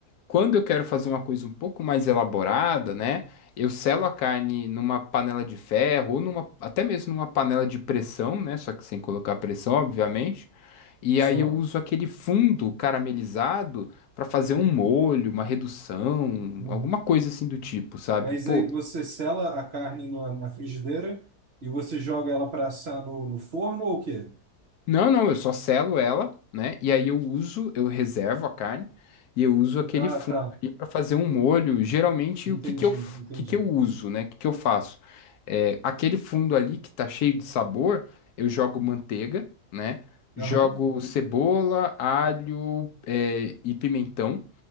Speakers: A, on the left (about 80°); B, on the right (about 55°).
A: quando eu quero fazer uma coisa um pouco mais elaborada, né, eu selo a carne numa panela de ferro ou numa, até mesmo numa panela de pressão, né, só que sem colocar pressão, obviamente, e aí
B: Só.
A: eu uso aquele fundo caramelizado Pra fazer um molho, uma redução,
B: Uhum.
A: alguma coisa assim do tipo, sabe?
B: Mas
A: Pô,
B: aí você sela a carne no- na frigideira e você joga ela para assar no, no forno ou o quê?
A: não, não, eu só selo ela, né? E aí eu uso, eu reservo a carne e eu uso aquele
B: Ah,
A: fundo
B: tá.
A: ali para fazer um molho. Geralmente
B: Entendi,
A: o que que eu, f-
B: entendi.
A: o que que eu uso, né? O que que eu faço? É, aquele fundo ali que tá cheio de sabor, eu jogo manteiga, né? Jogo
B: Aham.
A: cebola, alho, é, e pimentão.